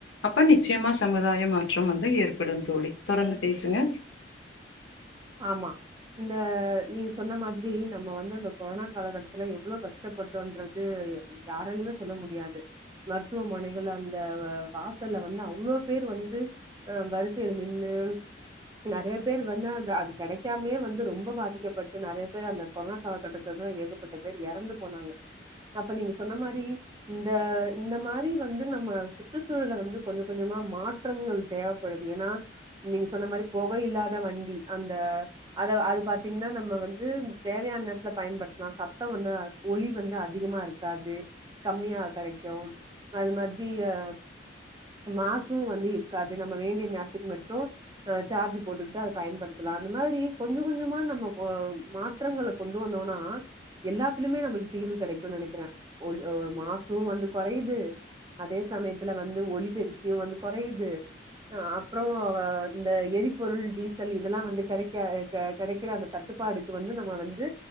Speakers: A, on the left; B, on the right.
A: அப்ப நிச்சயமா சமுதாய மாற்றம் வந்து ஏற்படும் தோழி தொடர்ந்து பேசுங்க
B: ஆமா இந்த நீங்க சொன்ன மாதிரி நம்ம வந்து அந்த கொரோனா காலகட்டத்துல எவ்ளோ கஷ்டப்பட்டோன்றது யாராலியுமே சொல்ல முடியாது மருத்துவமனைகள்ல அந்த வ வாசல்ல வந்து அவ்ளோ பேர் வந்து அ வரிசைல நின்னு நெறைய பேர் வந்து அந்த கடைக்காமயே வந்து ரொம்போ பாதிக்கப்பட்டு நெறைய பேர் அந்த கொரோனா காலகட்டத்துலதா ஏகப்பட்ட பேர் எறந்து போனாங்க அப்ப நீங்க சொன்ன மாரி இந்த இந்த மாரி வந்து நம்ம சுற்றுச்சூழல வந்து கொஞ்ச கொஞ்சமா மாற் றங்கள் தேவப்படுது ஏன்னா நீங்க சொன்ன மாரி பொக இல்லாத வண்டி அந்த அத அது பாத்திங்ன்னா நம்ம வந்து தேவையான நேர்த்ல பயன்படுத்லா சத்தோ வந்து அ ஒலி வந்து அதிகமா இருக்காது கம்மியா கெடைக்கு அது மாத்ரி அ மாசூ வந்து இருக்காது நம்ம வேண்டிய நேரத்துக்கு மட்டு அ சார்ஜ் போட்டுக்கிட்டு அத பயன்படுத் தலா அந்த மாதிரி கொஞ்சோ கொஞ்சமா நம்ம பொ மாற்றங்கள கொண்டு வந்தோனா எல்லாத்துலமே நம்மளுக் தீர்வு கெடைக்குன் நெனைக்கிறே ஒல் அ மாசு வந்து கொறையுது அதே சமயத்துல வந்து ஒலிப்பெருக்கியு வந்து கொறையுது அப்றோ இந்த எரிபொருள் டீசல் இதெல்லா வந்து கெடைக்க கெடைக்கிற அந்த தட்டுப்பாடுக்கு வந்து நம்ம வந்து